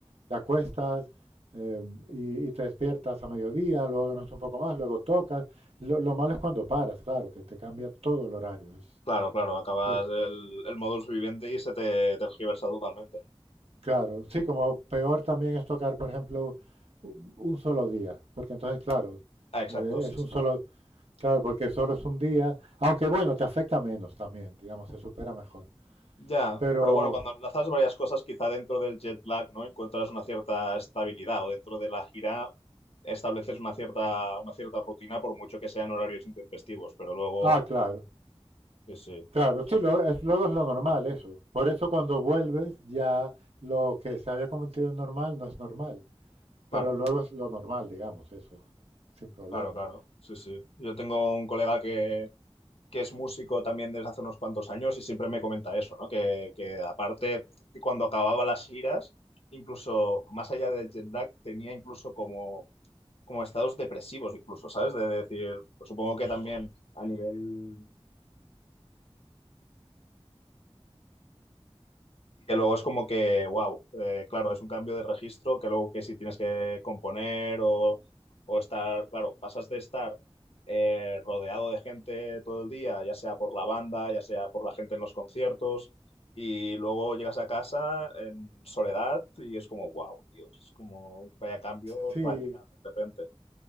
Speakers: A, on the right; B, on the left.
A: te acuestas eh, y, y, te despiertas a mediodía, luego duermes un poco más, luego tocas. Lo, lo, malo es cuando paras, claro, que te cambia todo el horario. Es,
B: Claro, claro, acabas
A: eso es
B: el, el módulo viviente y se te tergiversa totalmente.
A: Claro, sí, como peor también es tocar, por ejemplo, un un solo día, porque entonces, claro,
B: Ah, exacto,
A: eh,
B: sí,
A: es
B: sí.
A: un solo, claro, porque solo es un día, aunque bueno, te afecta menos también, digamos, se supera mejor.
B: Ya,
A: Pero,
B: pero bueno, cuando enlazas varias cosas, quizá dentro del jet lag, ¿no? Encuentras una cierta estabilidad o dentro de la gira estableces una cierta, una cierta rutina, por mucho que sean horarios intempestivos, pero luego,
A: ah, claro,
B: sí, sí.
A: claro, sí, lo- es- luego es lo normal eso. Por eso cuando vuelves ya lo que se había convertido en normal no es normal,
B: Claro,
A: pero luego es lo normal, digamos, eso, sin problemas.
B: claro, claro. Sí, sí. Yo tengo un colega que que es músico también desde hace unos cuantos años y siempre me comenta eso, ¿no? Que, que aparte, que cuando acababa las giras, incluso más allá del jet lag, tenía incluso como, como estados depresivos, incluso, ¿sabes? De decir, pues supongo
A: Hostia.
B: que también a nivel que luego es como que, wow, claro, es un cambio de registro que luego que si tienes que componer o, o estar, claro, pasas de estar eh, rodeado de gente todo el día, ya sea por la banda, ya sea por la gente en los conciertos, y luego llegas a casa en soledad y es como, wow, Dios, es como vaya cambio
A: Sí,
B: radical de repente.